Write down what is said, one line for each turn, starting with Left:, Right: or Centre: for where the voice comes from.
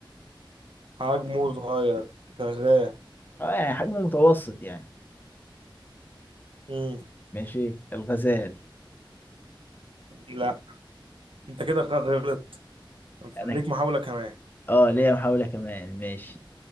Right: حجمه صغير شغال
Left: اه يعني حجمه متوسط يعني
Right: امم
Left: ماشي الغزال
Right: لا انت كده خ- غلطت
Left: انا
Right: ليك محاولة كمان
Left: اه ليا محاولة كمان ماشي